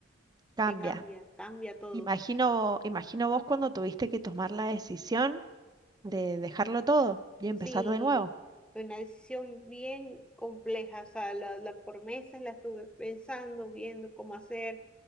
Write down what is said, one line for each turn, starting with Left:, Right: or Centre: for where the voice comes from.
Right: cambia.
Centre: te cambia, cambia todo.
Right: Imagino, imagino vos cuando tuviste que tomar la decisión de dejarlo todo y empezar
Centre: Sí,
Right: de nuevo.
Centre: fue una decisión bien compleja, o sea, la, la por meses la estuve pensando, viendo cómo hacer,